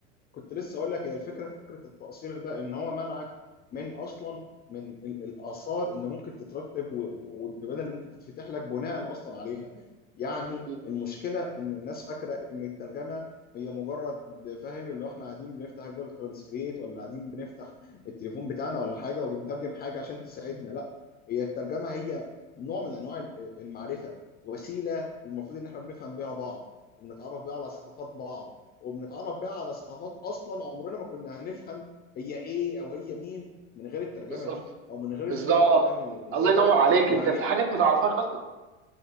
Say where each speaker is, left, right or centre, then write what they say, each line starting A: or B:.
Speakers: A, on the left (about 25°); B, on the right (about 35°).
A: كنت لسه اقول لك هي الفكره في فكره التقصير ده ان هو منعك من اصلا من ال- الاثار اللي ممكن تترتب و- و- والبيبان اللي ممكن تتفتح لك بناء اصلا عليها يعني
B: مم.
A: المشكله ان الناس فاكره ان الترجمه هي مجرد فاهم اللي هو احنا قاعدين بنفتح جوجل ترانسليت ولا قاعدين بنفتح التليفون بتاعنا ولا حاجه وبنترجم حاجه عشان تساعدنا لا هي الترجمه هي نوع من انواع ال- المعرفه وسيله المفروض ان احنا بنفهم بيها بعض ونتعرف بيها على ثقافات بعض وبنتعرف بقى على ثقافات اصلا عمرنا ما كنا هنفهم هي ايه او هي مين من غير الترجمه
B: بالظبط
A: دي او من غير
B: بالظبط
A: الفهم فاهم ال- الفكره
B: الله ينور عليك
A: يعني
B: انت في حاجات ما تعرفهاش اصلا